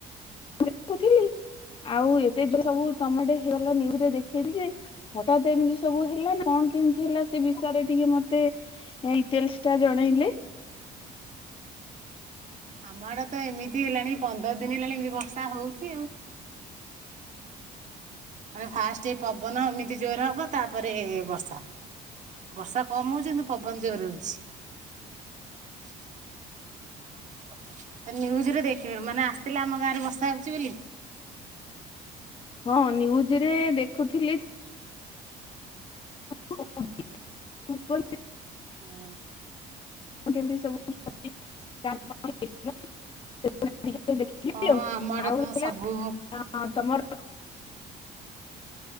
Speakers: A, on the left; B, on the right.
A: ମୁଁ ଦେଖୁଥିଲି ଆଉ ଏତେ ସବୁ ତମେଲାଜରେ ଦେଖେଇ ଯେ ହଠାତ ଏମିତି ସବୁ ହେଲା କଣ କେମତି ହେଲା ସେ ବିଷୟରେ ଟିକେ ମତେ ଡିଟେଲ୍ସ ଟା ଜଣେଇଲେ
B: ଆମଡା ତ ଏମିତି ହେଲାଣି ପନ୍ଦର ଦିନ ହେଲାଣି ଏମତି ବର୍ଷା ହଉଛି ଆଉ। ମାନେ ଫାଷ୍ଟ ଏ ପବନ ଏମିତି ଜୋର ହବ ତାପରେ ବର୍ଷା ବର୍ଷା କମ ହଉଛି କିନ୍ତୁ ପବନ ଜୋର ହଉଛି ନିୁଜରେ ଦେଖ ମାନେ ଆସିଥିଲେ ଆମ ଗାଁ ରେ ବର୍ଷା ହଉଛି ବୋଲି
A: ହଁ ନିୁଜ ରେ ଦେଖୁଥିଲି। ମୁଁ
B: ହୁଁ।
A: କେମତି ସବୁ ସେ <unintelligible> ଟ ଦେଖିି
B: ହଁ
A: ଆଉ
B: ଆମ ଆଡେ
A: ଆଉଥିଲା
B: ତ ସବୁ
A: ତମର